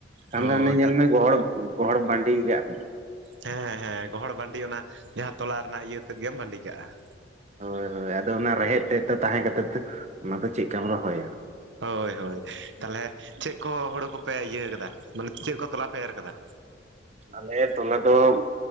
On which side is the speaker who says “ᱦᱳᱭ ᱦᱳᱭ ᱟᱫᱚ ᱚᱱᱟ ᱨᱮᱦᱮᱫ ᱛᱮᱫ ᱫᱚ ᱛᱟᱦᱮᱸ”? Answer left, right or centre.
Right